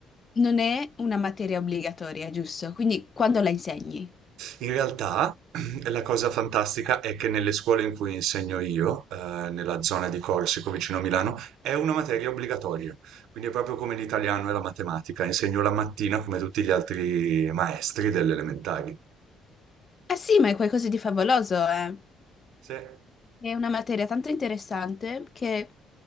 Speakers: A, on the left (about 30°); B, on the right (about 85°).
A: non è una materia obbligatoria, giusto? Quindi quando la insegni?
B: In realtà <clears throat> la cosa fantastica è che nelle scuole in cui insegno io, eh, nella zona di Corsico vicino a Milano, è una materia obbligatoria, quindi è proprio come l'italiano e la matematica, insegno la mattina come tutti gli altri maestri delle elementari.
A: Ah sì, ma è qualcosa di favoloso, eh?
B: Se
A: È una materia tanto interessante che